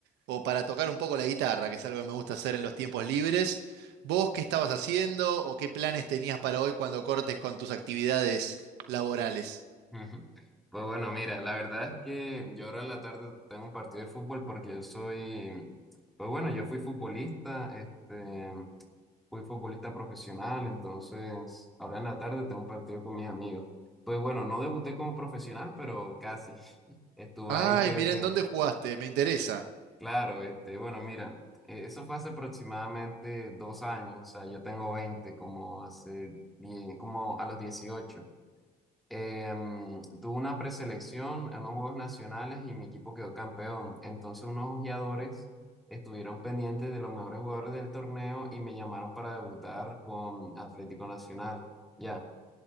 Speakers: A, on the right; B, in the centre.
A: o para tocar un poco la guitarra, que es algo que me gusta hacer en los tiempos libres. ¿Vos qué estabas haciendo o qué planes tenías para hoy cuando cortes con tus actividades laborales?
B: <laughs> Pues bueno, mira, la verdad es que yo ahora en la tarde tengo un partido de fútbol porque yo soy, pues bueno, yo fui futbolista, este, fui futbolista profesional, entonces ahora en la tarde tengo un partido con mis amigos. Pues bueno, no debuté como profesional, pero casi. <laughs> Estuve
A: Ay,
B: ahí creo
A: miren,
B: que
A: ¿dónde jugaste? Me interesa.
B: Claro, este, bueno, mira, eh, eso fue hace aproximadamente dos años, o sea, yo tengo 20, como hace 10, como a los 18. Em, tuve una preselección en los Juegos Nacionales y mi equipo quedó campeón. Entonces unos ojeadores estuvieron pendientes de los mejores jugadores del torneo y me llamaron para debutar con Atlético Nacional, ya.